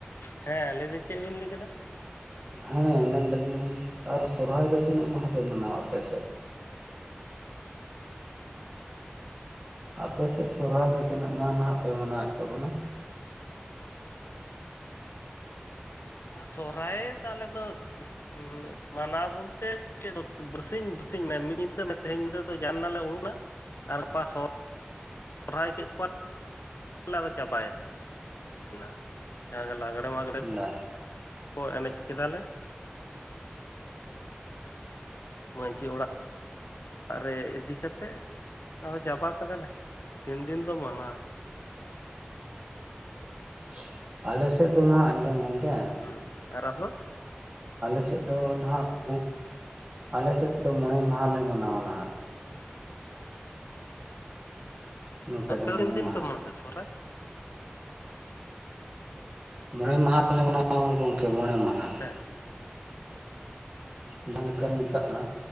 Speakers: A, on the left; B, on the right.
A: ᱴᱷᱟ ᱡ, ᱦᱮᱸ ᱞᱟᱹᱭ ᱵᱤᱱ ᱪᱮᱜ ᱵᱤᱱ ᱞᱟᱹᱭ ᱠᱮᱫᱟ?
B: ᱦᱮᱸ, ᱢᱮᱱᱫᱟ ᱞᱤᱧ ᱟᱨ ᱥᱚᱨᱦᱟᱭ ᱫᱚ ᱛᱤᱱᱟᱹᱜ ᱢᱟᱦᱟ ᱯᱮ ᱢᱟᱱᱟᱣᱟ ᱟᱯᱮ ᱥᱮᱫ? ᱟᱯᱮ ᱥᱮᱫ ᱥᱚᱦᱨᱟᱭ ᱫᱚ ᱛᱤᱱᱟᱹᱜ ᱢᱟᱦᱟᱸ ᱱᱟᱦᱟᱜ ᱯᱮ ᱢᱟᱱᱟᱣ ᱮᱫ ᱛᱟᱵᱚᱱᱟ?
A: ᱥᱚᱨᱦᱟᱭ ᱫᱚ ᱟᱞᱮ ᱫᱚ ᱩᱷ-ᱩᱸ ᱢᱟᱱᱟᱣ ᱵᱳᱞᱛᱮ ᱪᱮᱫᱚ ᱵᱟᱹᱨᱥᱤᱧ ᱵᱟᱹᱨᱥᱤᱧ ᱢᱮ ᱢᱤᱫ ᱧᱤᱫᱟᱹ ᱢᱮ ᱛᱮᱹᱦᱮᱹᱧ ᱧᱤᱫᱟᱹ ᱫᱚ ᱡᱟᱱᱱᱟᱞᱮ ᱳᱲᱳᱱᱟ ᱟᱨ ᱯᱟ ᱥᱚᱫ ᱴᱨᱟᱭ ᱠᱮᱫ ᱠᱚᱣᱟ ᱟᱫᱚ ᱪᱟᱵᱟᱭ------ᱱᱟ ᱾ ᱡᱟᱜᱮ ᱞᱟᱜᱽᱲᱮ ᱢᱟᱜᱽᱲᱮ
B: ᱫᱟ
A: ᱠᱚ ᱮᱱᱮᱡ ᱠᱮᱫᱟᱞᱮ ᱢᱟᱹᱡᱷᱤ ᱚᱲᱟᱜ ᱚᱲᱟᱜ ᱨᱮ ᱤᱫᱤ ᱠᱟᱛᱮᱜ ᱟᱫᱚ ᱪᱟᱵᱟ ᱠᱟᱫᱟᱞᱮ ᱛᱤᱱ ᱫᱤᱱ ᱵᱚ ᱢᱟᱱᱟ ᱾
B: ᱥ-ᱩ-ᱜ, ᱟᱞᱮ ᱥᱮᱫ ᱫᱚ ᱦᱟᱜ ᱟᱸᱡᱚᱢ ᱜᱚᱝᱠᱮ ᱾
A: ᱦᱩ, ᱟᱨ ᱟᱯ ᱫᱚ?
B: ᱟᱞᱮᱥᱮᱫ ᱫᱚ ᱱᱟᱦᱟᱜ ᱩᱸᱜ ᱟᱞᱮᱥᱮᱫ ᱫᱚ ᱢᱚᱬᱮ ᱢᱟᱦᱟᱞᱮ ᱢᱟᱱᱟᱣᱟ ᱱᱟᱦᱟᱜ ᱾ ᱱᱚᱛᱮ
A: ᱟᱯᱮ
B: ᱫᱚ ᱢᱚᱬᱮ
A: ᱨᱤᱱ ᱫᱤᱱ
B: ᱢᱟᱦᱟ
A: ᱯᱮ ᱢᱟᱱᱛᱮ ᱥᱚᱨᱦᱟᱭ?
B: ᱢᱚᱬᱮ ᱢᱟᱦᱟᱸ ᱫᱚᱞᱮ ᱢᱟᱱᱟᱣᱟ ᱜᱚᱝᱠᱮ ᱢᱚᱬᱮ ᱢᱟᱦᱟᱸ ᱾
A: ᱦᱮᱦ
B: ᱡᱟᱦᱟᱸ ᱞᱮᱠᱟᱢ ᱢᱮᱛᱟᱜᱼᱟ